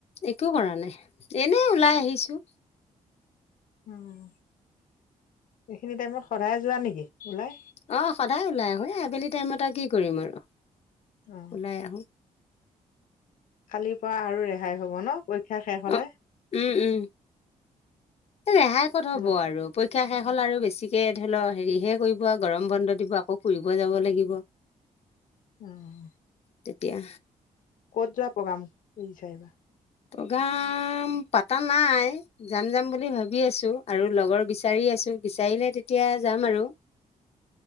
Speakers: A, on the left; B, on the left.
A: একো কৰা নাই, এনে ওলাই আহিছো।
B: উম', এইখিনি টাইমত সদায় যোৱা নেকি ওলাই?
A: অ', সদায় ওলাই আহো, এ আবেলি টাইমত আৰু কি কৰিম আৰু?
B: অ
A: ওলাই আহোঁ।
B: কালিৰ পৰা আৰু ৰেহাই হ'ব ন, পৰীক্ষা শেষ হলে?
A: অ উম উম ৰেহাই কত হব
B: অ
A: আৰু প শিক্ষা শেষ হ'ল আৰু বেছিকে ধৰি লও হেৰিহে কৰিব আৰু গৰম বন্ধ দিব আকৌ ফুৰিব যাব লাগিব। <inaudible>
B: উম'।
A: তেতিয়া।
B: ক'ত যোৱা প্ৰগ্ৰাম কৰিছা এবাৰ?
A: প্ৰগেম পাতা নাই, যাম-যাম বুলি ভাবি আছো আৰু লগৰ বিচাৰি। বিচাৰিলে তেতিয়া যাম আৰু।